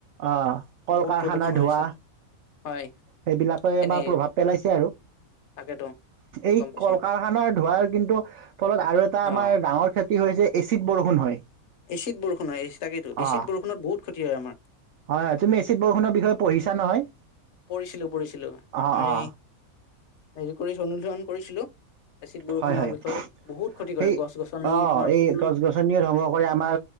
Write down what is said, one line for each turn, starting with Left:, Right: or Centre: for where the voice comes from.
Right: অ কল
Left: বহুত
Right: কাৰখানাৰ
Left: প্ৰদূষণ হৈ
Right: ধোৱা
Left: আছিল হয়
Right: সেইবিলাকে
Left: এনেই
Right: আমাৰ প্ৰভাৱ পেলাইছে আৰু
Left: তাকেতো
Right: এই
Left: গম পাইছো
Right: কল কাৰখানা ধোবাই কিন্তু ফলত আৰু এটা
Left: অ',
Right: আমাৰ ডাঙৰ ক্ষতি হৈছে এচিড বৰষুণ হয়।
Left: এচিড বৰষুণ হয় তাকেইেতো এচিড
Right: অঁ
Left: বৰষুণত বহুত ক্ষতি হয় আমাৰ।
Right: হয় তুমি এচিড বৰষুণৰ বিষয়ে পঢ়িছা নহয়?
Left: পঢ়িছিলো পঢ়িছিলো
Right: অঁ
Left: মই
Right: অঁ
Left: হেৰি কৰি থ'লো কৰিছিলো। এচিড বৰষুণৰ
Right: হয় হয়
Left: বিষয়ে বহুত ক্ষতি কৰে
Right: সেই
Left: গছ গছনি
Right: অ
Left: তোমাৰ
Right: এই
Left: ফুল
Right: গছ গছনিও ধংস কৰে আমাৰ